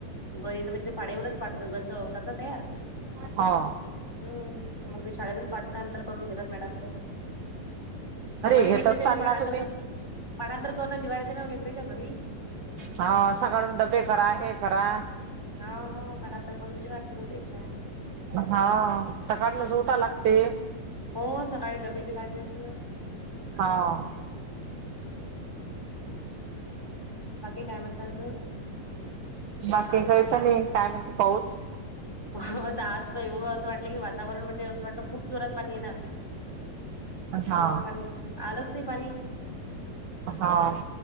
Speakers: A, in the centre; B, on the right (about 70°).
A: गणित म्हणजे ते पाढ्यावुन पाढ गणित होतात ना तयार
B: हा
A: हम् तर मग ते शाळेतच पाठांतर करून घेतात मॅडम ते घरी
B: घेत
A: लेकरांच्या
B: असताल
A: ते पाठांतर
B: ना तुम्ही
A: तर ग पाढांतर करणं जिवावर येते ना ओ लेकरांच्या घरी
B: ह सकाळुन डबे करा हे करा
A: हा ह पाठांतर करूची बार त्याच्या
B: हा सकाळन उठावं लागते
A: हो सकाळी डबेची काळजी असते न
B: होव
A: बाकी काय म्हणता अजुन
B: बाकी काहीच नाही काय म्हणते पाऊस
A: पाऊस आज तर एवढं असं वाटलं की वातावरण म्हणजे असं वाटलं खूप जोरात पाणी येणार हम्म
B: हा
A: पण आलंच नाही पाणी
B: हां